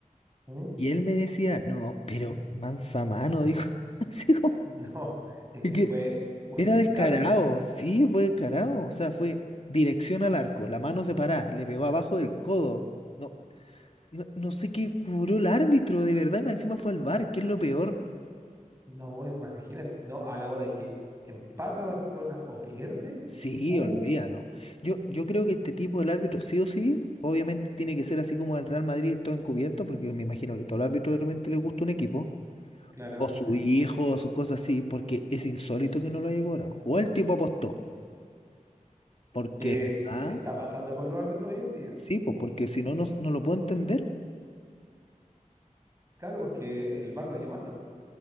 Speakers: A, on the right (about 20°); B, on the left (about 50°).
A: ¿Mm? <laughs>
B: y él me decía, no, pero mansa mano, dijo, <laughs> así como,
A: No, es
B: es
A: que
B: que
A: fue un
B: era
A: descaro,
B: descarado, sí, fue descarado, o sea, fue dirección al arco, la mano separada, le pegó abajo del codo. No, no, no sé qué cobró el árbitro, de verdad, y más encima fue al bar que es lo peor.
A: no, imagínate, no, a la hora que empata Barcelona o pierde.
B: Sí,
A: uff
B: olvídalo. Yo, yo creo que este tipo del árbitro, sí o sí, obviamente tiene que ser así como el Real Madrid, esto encubierto, porque me imagino que todo el árbitro de repente le gusta un equipo,
A: claramente.
B: o su hijo, o sus cosas así, porque es insólito que no lo haya cobrado. O el tipo apostó, porque,
A: ¿Qué, es-
B: ah,
A: qué está pasando con los árbitros hoy en día?
B: sí, pues porque si no, no, no lo puedo entender.
A: Claro, porque el VAR lo llamaron,